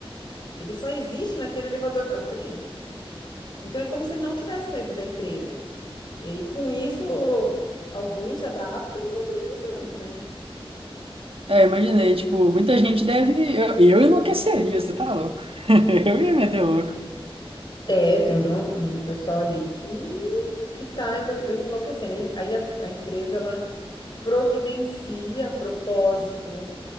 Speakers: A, on the left; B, on the right.
A: Ele só existe naquele elevador para frente. Então é como se ele não tivesse saído da empresa. E aí, com isso, alguns se adaptam e outros nem tanto, né?
B: É, imaginei, tipo, muita gente deve. Eu, eu enlouqueceria, você tá louco? <laughs> Eu ia meter louco.
A: É, tem um, um pessoal ali que, que tá endo- enlouquecendo. Aí, aí a, a empresa ela providencia propósito,